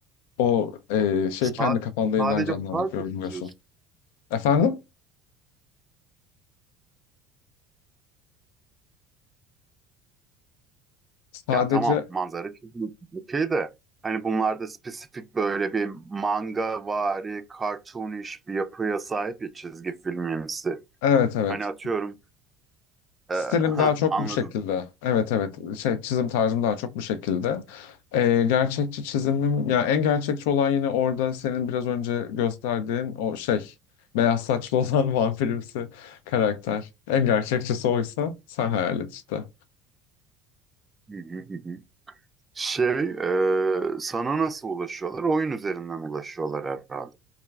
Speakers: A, on the left; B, on the right.
A: O eee, şey
B: Sa-
A: kendi kafanda
B: sadece
A: yeniden canlandırıp
B: park
A: yorumluyorsun.
B: mı çiziyorsun?
A: Efendim? Sadece
B: Yani tamam manzara çiziyorsun. Okey de hani bunlarda spesifik böyle bir manga vari, cartoonish bir yapıya sahip ya çizgi filmimsi.
A: evet evet.
B: Hani atıyorum e,
A: Stilim
B: heh,
A: daha çok
B: anladım.
A: bu şekilde. Evet evet şey çizim tarzım daha çok bu şekilde. Ee, gerçekçi çizimim yani en gerçekçi olan yine orada senin biraz önce gösterdiğin o şey beyaz saçlı olan <laughs> vampirimsi karakter. En gerçekçisi oysa sen hayal et işte.
B: Hı hı hı hı. Şey, e, sana nasıl ulaşıyorlar? Oyun üzerinden ulaşıyorlar herhalde.